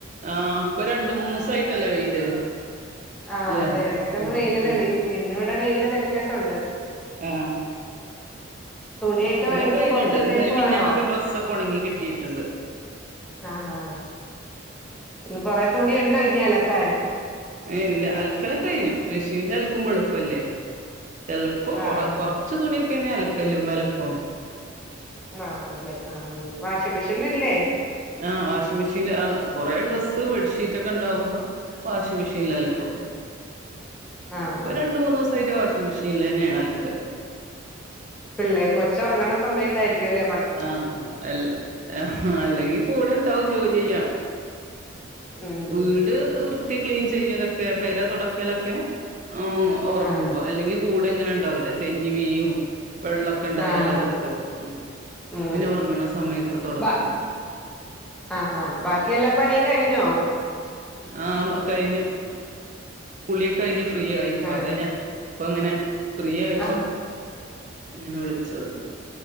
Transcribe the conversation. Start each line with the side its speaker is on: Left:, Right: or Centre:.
Right: ആഹ് ഇപ്പൊ രണ്ട്‌ മൂന്ന് ദെ വസായിട്ടല്ലേ വെയില്
Centre: ആ
Right: അല്ലെ
Centre: അതെ എടക്കൊന്ന്
Right: ഉം
Centre: വെയില്
Right: ഉം
Centre: തെളിയും ഇന്ന് ഇവിടെ വെയില് തെളിഞ്ഞിട്ടുണ്ട്
Right: ആഹ്
Centre: തുണിയൊക്കെ
Right: ഇന്ന്
Centre: എടുത്ത്
Right: ഇവിടെ വെയിലുണ്ട്
Centre: പൊറത്തിട്ടേക്കുവാണോ
Right: ഇന്നലിം മിനിഞ്ഞാന്നൊക്കെ ഡ്രസ്സൊക്കെ ഉണങ്ങി കിട്ടിട്ടുണ്ട്
Centre: ആ ആ ഇന്ന് കൊറെ തുണിയുണ്ടോ ഇനി അലക്കാൻ
Right: ഇല്ല അലക്കല്ലൊക്കെ കഴിഞ്ഞു മെഷിൻ അലക്കുമ്പോ എളുപ്പല്ലേ ചിലപ്പോ കൊറ
Centre: ആഹ്
Right: കൊറച്ചു തുണിയൊക്കെയാണെ അലക്കല്ലുമേ അലക്കും
Centre: മ്മ്ഹ ആണല്ലേ ആ വാഷിങ് മെഷിനല്ലേ
Right: ആഹ് വാഷിംഗ് മെഷീൻ കുറെ ഡ്രസ്സ് ബെഡ്ഷീറ്റ് ഒക്കെ ഉണ്ടാവുമ്പോ വാഷിംഗ് മെഷീനിൽ അല ക്കും.
Centre: ആഹ്
Right: ഇപ്പോ
Centre: ആഹ്
Right: രണ്ട് മൂന്ന് ദിവസായിട്ട് വാഷ് മിഷീനിലന്നെയാണ് അലക്കാ
Centre: പിള്ളേ കൊച്ച് ഒറങ്ണ് സമയത്തായിരിക്കും അല്ലെ
Right: ആഹ് അല്ല അല്ലെങ്കിൽ കൂടെ ഇണ്ടാവും ജോലി ചെയ്യാം
Centre: ഉം ഉം
Right: വീട് വൃത്തി ക്ലീൻ ചെയ്യലൊക്കെ പെര തൊടക്കലൊക്കെ ഹ്മ്മ് ഉറങ്ങുമ്പോ
Centre: ആഹ്
Right: അല്ലെങ്കിൽ കൂടെ ഇങ്ങനെ ഉണ്ടാവില്ലേ തെന്നി വീഴും വെള്ള ഒക്കെ ഉണ്ടായാൽ
Centre: ആഹ്
Right: അക
Centre: ആഹ്
Right: ത്ത്. മ്മ്
Centre: ഉം
Right: അപ്പപിന്നെ ഉറങ്ങണ സമയത്ത് തുടക്കും
Centre: ബാ ആഹ് ഹാ ബാക്കി എല്ലാ പണിയും കഴിഞ്ഞോ
Right: ആ കഴിഞ്ഞ് കുളിയൊക്കെ കഴിഞ്ഞ് ഫ്രീ ആയിപ്പോ
Centre: ആണല്ലേ
Right: അത ഞാന് ഇപ്പ അങ്ങനെ ഫ്രീ ആയപ്പോ
Centre: ആഹ്
Right: അങ്ങനെ വിളിച്ചത്